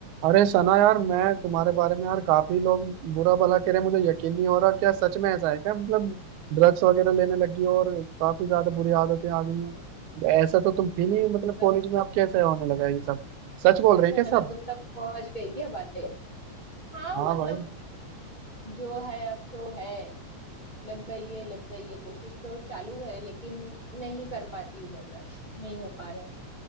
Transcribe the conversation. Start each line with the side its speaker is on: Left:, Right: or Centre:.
Right: अरे सना यार मैं तुम्हारे बारे में यार काफी लोग बुरा भला कह रहे हैं मुझे यकीन नहीं हो रहा क्या सच में ऐसा है क्या मतलब ड्रग्स वगैरह लेने लगी हो और काफी ज्यादा बुरी आदतें आ गई हैं ऐसा तो तुम थी नहीं
Left: अच्छा
Right: मतलब
Left: मतलब
Right: कॉलेज में अब कैसे होने लगा है ये सब सच बोल
Left: अच्छा
Right: रहे हैं क्या
Left: मतलब
Right: सब
Left: तुम तक पहुंच गई क्या बातें हाँ
Right: हाँ
Left: मतलब
Right: भाई
Left: जो है अब सो है लग गई है लग गई है कोशिश तो चालू है लेकिन नहीं कर पाती हूँ बर्दाश्त नहीं हो पा रहा है